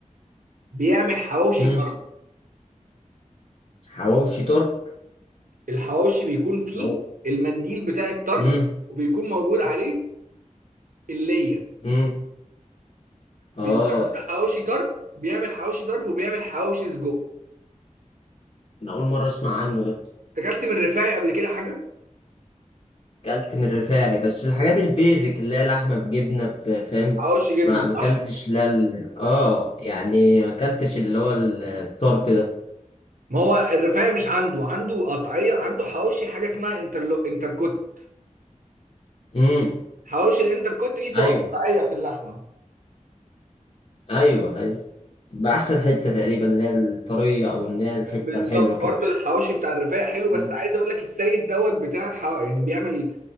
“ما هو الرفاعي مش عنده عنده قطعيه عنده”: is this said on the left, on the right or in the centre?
Right